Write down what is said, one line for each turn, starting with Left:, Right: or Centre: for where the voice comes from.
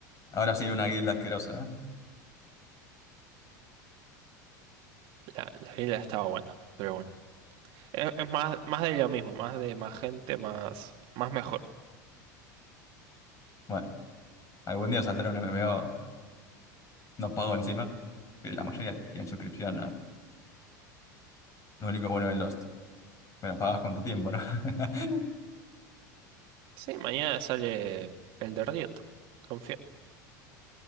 Left: Ahora sí, una guilda asquerosa, ¿eh?
Right: La, la isla estaba buena, pero bueno. Es, es más, más de lo mismo, más de más gente, más, más mejor.
Left: Bueno, algún día saldrá un MMO, no pago encima, pero la mayoría piden suscripción, ¿no? Lo único bueno de Lost, bueno, pagas con tu tiempo, ¿no? <laughs>
Right: Sí, mañana sale el de Riot, confío.